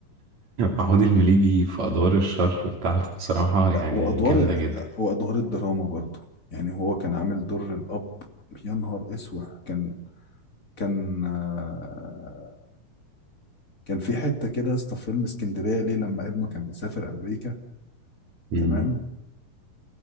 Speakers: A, on the right (about 55°); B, on the left (about 25°).
A: محمود المليجي في ادوار الشر بتاعته بصراحة يعني
B: لا وأدوار
A: جامدة
B: ال...
A: جدا
B: وأدوار الدراما برضو يعني هو كان عامل دور الأب يا نهار اسوح كان كان آه، كان في حته كده يا اسطى في فيلم اسكندريه ليه لما ابنه كان مسافر امريكا
A: مم.
B: تمام